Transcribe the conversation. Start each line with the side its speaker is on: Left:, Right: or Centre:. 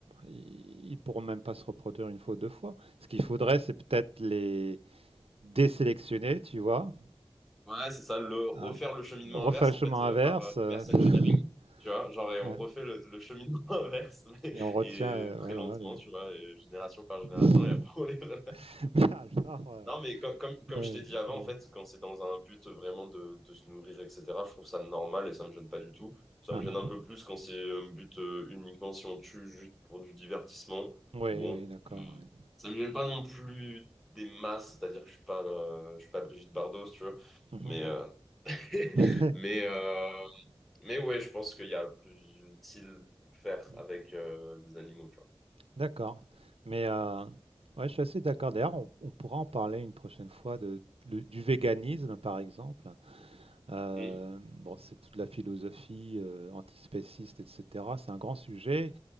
Right: ils ils pourront même pas se reproduire une fois ou deux fois. Ce qu'il faudrait, c'est peut-être les désélectionner, tu vois.
Centre: Ouais, c'est ça, le refaire
Right: Hein,
Centre: le cheminement
Right: Refaire
Centre: inverse
Right: le chemin
Centre: en fait euh,
Right: inverse.
Centre: par euh,
Right: euh,
Centre: reverse
Right: <laughs>
Centre: engineering, tu vois, genre et on
Right: ouais.
Centre: refait le, le cheminement <laughs> inverse mais-
Right: Et on retient,
Centre: et
Right: euh,
Centre: très
Right: voilà.
Centre: lentement,
Right: des-
Centre: tu vois, et génération par
Right: <laughs>
Centre: génération et après on les refait.
Right: Mais alors, euh,
Centre: Non, mais comme, comme, comme
Right: euh,
Centre: je t'ai dit avant,
Right: euh,
Centre: en fait, quand c'est dans un but vraiment de, de se nourrir, etc., je trouve ça normal et ça me gêne pas du tout. Ça
Right: ah,
Centre: me gêne
Right: ah.
Centre: un peu plus quand c'est euh, un but euh, uniquement si on tue juste pour du divertissement.
Right: Oui,
Centre: Bon,
Right: oui, d'accord.
Centre: euh,
Right: ouais.
Centre: ça me gêne pas non plus des masses, c'est-à-dire que je suis pas, euh, je suis pas Brigitte Bardot, si tu vois,
Right: Mhm,
Centre: mais euh, <laughs>
Right: mhm.
Centre: Mais, euh, mais ouais, je pense qu'il y a plus utile à faire
Right: <laughs>
Centre: avec euh, des animaux, tu vois.
Right: D'accord. Mais euh, ouais, je suis assez d'accord. D'ailleurs, on, on pourra en parler une prochaine fois de, le- du véganisme, par exemple. Euh,
Centre: Et
Right: bon, c'est toute la philosophie euh, antispéciste, etc. C'est un grand sujet